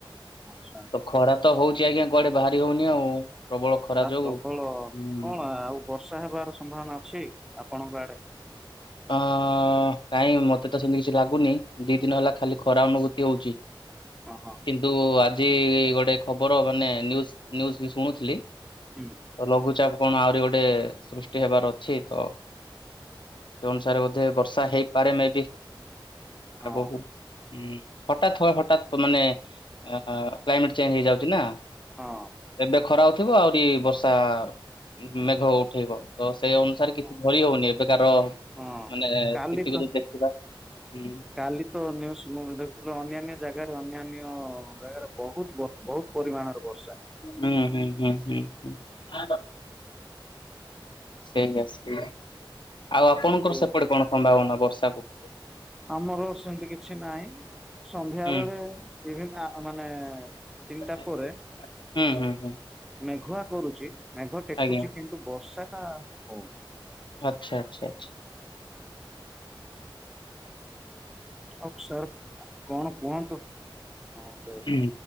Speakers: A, in the centre; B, on the left (about 65°).
A: ଆଚ୍ଛା।
B: ତ ଖରା ତ ହଉଛି ଆଜ୍ଞା କୁଆଡେ ବାହାରି ହଉନି ଆଉ। ପ୍ରବଳ
A: ଖରା
B: ଯୋଗୁ।
A: ପ୍ରବଳ
B: ହୁଁ
A: କଣ ଆଉ ବର୍ଷା ହେବାର ସମ୍ଭାବନା ଅଛି ଆପଣଙ୍କ ଆଡେ?
B: ଅଃ। କାଇଁ ମତେ ତ ସେମିତି କିଛି ଲାଗୁନି ଦି ଦିନ ହେଲା ଖାଲି ଖରା ଅନୁଭୂତି ହଉଛି।
A: ହଁ ହଁ
B: କିନ୍ତୁ ଆଜି ଗୋଟେ ଖବର ମାନେ ନ୍ୟୁଜ ନ୍ୟୁଜ ବି ଶୁଣୁଥିଲି
A: ହୁଁ
B: ତ ଲଘୁଚାପ କଣ ଆହୁରି ଗୋଟେ ସୃଷ୍ଟି ହେବାର ଅଛି ତ! ସେ ଅନୁସାରେ ବୋଧେ ବର୍ଷା ହେଇପାରେ ମେ ବି
A: ହଁ
B: ଆଗକୁ। ହୁଁ ହଠାତ୍ ହଠାତ୍ ମାନେ କ୍ଲାଇମେଟ ଚେଞ୍ଜ ହେଇଯାଉଛି ନା।
A: ହଁ
B: ଏବେ ଖରା ହଉଥିବ ଆହୁରି ବର୍ଷା ଉମ୍ ମେଘ ଉଠେଇବ। ତ ସେଇ ଅନୁସାରେ କିଛି
A: ହଁ
B: ଧରି ହଉନି ଏବେକାର
A: ହଁ
B: ମାନେ
A: କାଲି
B: ସ୍ଥିତିକୁ
A: ତ
B: ଯଦି ଦେଖିବା ହୁଁ
A: କାଲି ତ ନ୍ୟୁଜ ମୁଁ ଦେଖୁଥିଲି ଅନ୍ୟାନ୍ୟ ଜାଗାରେ ଅନ୍ୟାନ୍ୟ ବେଳରେ ବହୁତ ବହୁତ ପରିମାଣର ବ
B: ହୁଁ ହୁଁ ହୁଁ ହୁଁ ହୁଁ <inaudible> ସେଇୟା ସେଇୟା ଆଉ ଆପଣଙ୍କର
A: କିନ୍ତୁ
B: ସେପଟେ କଣ ସମ୍ଭାବନା ବର୍ଷାକୁ?
A: ଆମର ସେମିତି କିଛି ନାହିଁ ସନ୍ଧ୍ୟାବେଳେ
B: ହୁଁ।
A: ବିଭିନ୍ନ ଆ ମାନେ ତିନିଟା
B: ହୁଁ
A: ପରେ
B: ହୁଁ ହୁଁ ହୁଁ।
A: ମେଘୁଆ କରୁଛି ମେଘ ଟେକୁଛି
B: ଆଜ୍ଞା
A: କିନ୍ତୁ ବର୍ଷାଟା ହଉନି।
B: ଆଚ୍ଛା ଆଚ୍ଛା ଆଚ୍ଛା
A: ଆଉ ସାର୍ କଣ କୁହନ୍ତୁ? ହଁ ଗୋଟେ
B: ହୁଁ